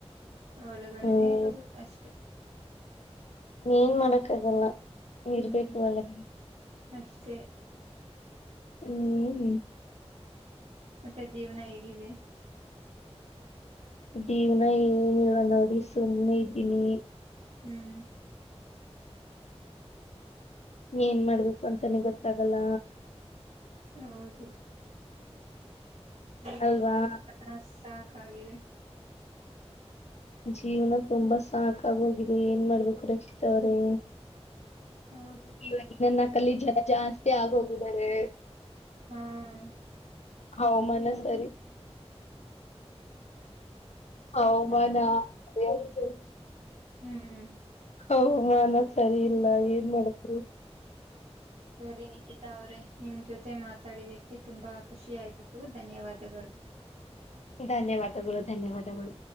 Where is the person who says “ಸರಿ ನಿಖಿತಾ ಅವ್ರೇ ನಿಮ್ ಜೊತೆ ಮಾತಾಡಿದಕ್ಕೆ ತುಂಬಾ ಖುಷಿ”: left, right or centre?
Right